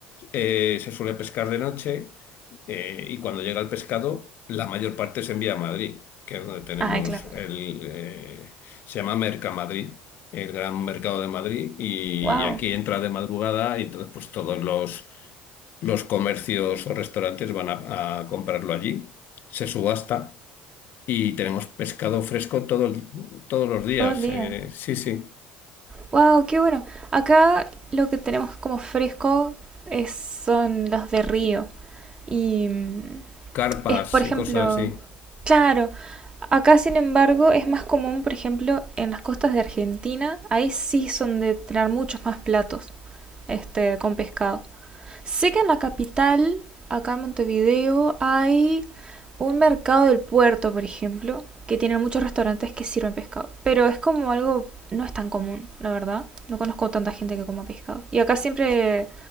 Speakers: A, on the left (about 55°); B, on the right (about 25°).
A: eh, se suele pescar de noche eh, y cuando llega el pescado la mayor parte se envía a Madrid, que es donde tenemos
B: Ah, claro.
A: el... eh, se llama Mercamadrid, el gran mercado de Madrid y,
B: Wow,
A: y aquí entra de madrugada y entonces pues todos los, los comercios o restaurantes van a a comprarlo allí, se subasta. Y tenemos pescado fresco todo el- todos los días.
B: todo el día.
A: eh, sí, sí.
B: Wow, qué bueno. Acá lo que tenemos como fresco es, son los de río. Y mm,
A: Carpas
B: es, por ejemplo,
A: y cosas así.
B: claro, Acá, sin embargo, es más común, por ejemplo, en las costas de Argentina, ahí sí son de tener muchos más platos este, con pescado. Sé que en la capital, acá en Montevideo, hay un mercado del puerto, por ejemplo, que tiene muchos restaurantes que sirven pescado, pero es como algo, no es tan común, la verdad. No conozco tanta gente que coma pescado. Y acá siempre,